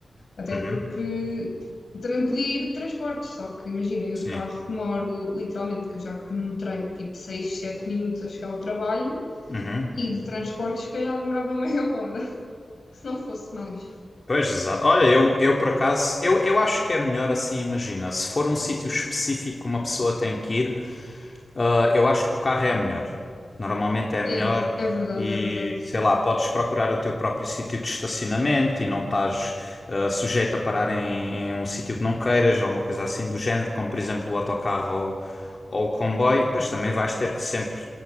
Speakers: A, on the left; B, on the left.
A: Até
B: Uhum,
A: porque também podia ir de transportes, só que imagina, eu
B: Sim.
A: de carro demoro literalmente, que eu já cronometrei, tipo 6, 7 minutos a chegar ao trabalho
B: Uhum.
A: e de transportes, se calhar demorava meia hora, <laughs> se não fosse mais.
B: Pois, exato. Olha, eu, eu por acaso, eu, eu acho que é melhor assim, imagina, se for um sítio específico que uma pessoa tem que ir, ah, eu acho que o carro é melhor. Normalmente é melhor
A: Yeah, é verdade,
B: e,
A: é verdade.
B: sei lá, podes procurar o teu próprio sítio de estacionamento e não estás ah, sujeito a parar em, em um sítio que não queiras ou uma coisa assim do género, como por exemplo o autocarro ou, ou o comboio. Pois também vais ter que sempre